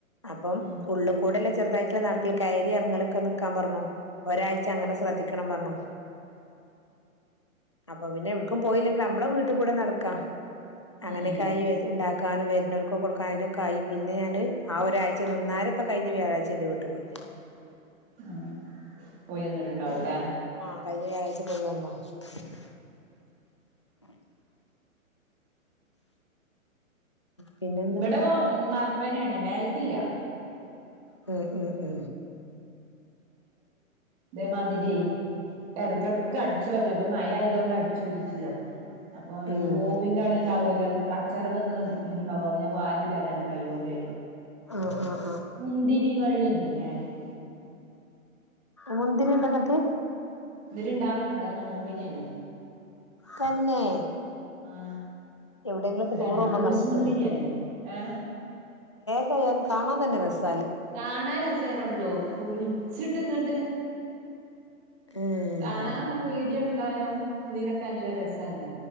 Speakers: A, on the left; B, on the right.
A: അപ്പം
B: ഉം
A: ഉള്ളു കൂടെല്ല ചെറുതായിട്ടുള്ള നടക്കല് കയറി ഇറങ്ങലൊക്കെ നിക്കാൻ പറഞ്ഞു ഒരാഴ്ച അങ്ങനെ ശ്രദ്ധിക്കണം പറഞ്ഞു അപ്പൊ പിന്നെ എവിടക്കും പോയില്ലെങ്കിൽ നമ്മളെ വീട്ടിൽ കൂടെ നടക്കാം
B: ഉം
A: അങ്ങനെയൊക്കായി
B: ഉം
A: ഉണ്ടാക്ക ക്കാനും വരുന്നോൽകൊക്കെ കൊടുക്കാനും അതിനൊക്കെ ആയി പിന്നെ ഞാന് ആ ഒരാഴ്ച നിന്നാരെ കഴിഞ്ഞ വ്യാഴാഴ്ച്ച എന്റെ വീട്ടിൽ പോയി
B: ഉം പോയി നിന്നിട്ടുണ്ടാവൂലേ
A: ആഹ് കഴിഞ്ഞ വ്യാഴാഴ്ച പോയി വന്നോ <unintelligible> <unintelligible> പിന്നെന്താ
B: ഇവിടൊ <unintelligible> വർ പ്പനാണ് മേൽക്കില്ല
A: ഹ് ഹ് ഹ്
B: ഇതേ മാതിരി ഇടക്കടക്ക് അടിച്ച് വാരല ഇപ്പം മഴയായതുണ്ട് അടിച്ചുവാരിറ്റി ഇല്ല അപ്പോ
A: ഉം
B: ഈ ഓവിന്‍റെ അവിടെ ഉണ്ടാവുല്ലോ ലെ കച്ചറ വന്നിട്ടുണ്ടാവും അത് ഞാൻ വാരി ഇടലാണ് കയ്യോണ്ട്
A: അ അ
B: മുന്തിരിവള്ളി മേലെക്
A: മുന്തിരി ഇവിടെ തൃ
B: ന്തിരി ഉണ്ടാവലുണ്ട് അത് നോമ്പിന് ആയിന്
A: തന്നെ
B: അ
A: എവിടെയെങ്കിലുമൊക്കെ
B: ഇതാണ്
A: ടൂർ പോകുമ്പോ
B: ജ്യൂസ്
A: കണ്ടിട്ടുള്ളൂ
B: മുന്തിരിയാണ് എ
A: യാലും കാണാൻ തന്നെ രസം
B: കാണാരസം രസം തന്നെയുള്ളൂ പുളിച്ചിട്ട് ഇങ്ങണ്ട്
A: ഏഹ്
B: കാണാം വീഡിയോ എടുക്ക ക്കാനും അതിനൊക്കെ നല്ല രസാണ്